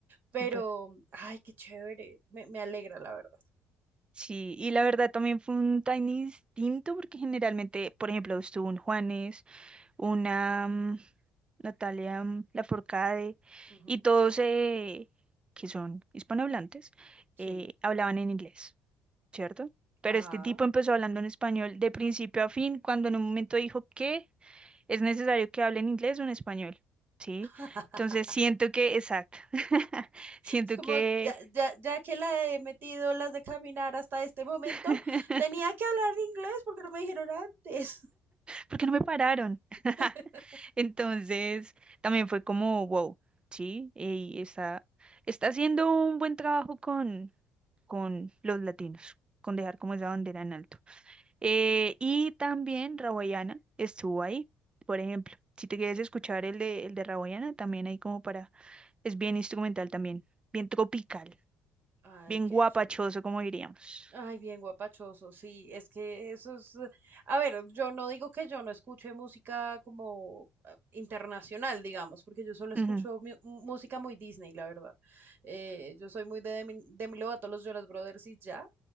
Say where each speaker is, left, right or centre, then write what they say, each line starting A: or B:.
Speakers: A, on the right (about 50°); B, on the right (about 25°).
A: Pero,
B: súper.
A: ay, qué chévere. Me, me alegra, la verdad.
B: Sí, y la verdad también fue un tiny distinto porque generalmente, por ejemplo, estuvo un Juanes, una mm, Natalia mm, Lafourcade
A: Ujú,
B: y todos eh, que son hispanohablantes
A: Sí.
B: eh, hablaban en inglés, ¿cierto? Pero
A: Ajá.
B: este tipo empezó hablando en español de principio a fin cuando en un momento dijo que es necesario que hable en inglés o en español, ¿sí?
A: <laughs>
B: Entonces siento que, exacto, <laughs> siento
A: Es como,
B: que,
A: ya, ya, ya que la he metido las de caminar hasta este momento,
B: <laughs>
A: tenía que hablar inglés porque no me dijeron antes.
B: ¿por qué no me pararon? <laughs>
A: <laughs>
B: Entonces, también fue como, wow, sí, y está, está haciendo un buen trabajo con, con los latinos, con dejar como esa bandera en alto. Eh, y también Rawayana estuvo ahí, por ejemplo. Si te quieres escuchar el de, el de Rawayana, también hay como para, es bien instrumental también, bien tropical,
A: Ay,
B: bien
A: qué
B: guapachoso,
A: chévere.
B: como diríamos.
A: Ay, bien guapachoso, sí, es que eso es, eh, a ver, yo no digo que yo no escuche música como ah, internacional, digamos, porque yo solo escucho
B: Ujú.
A: mu- música muy Disney, la verdad. Eh, yo soy muy de Demi, Demi Lovato, los Jonas Brothers y ya,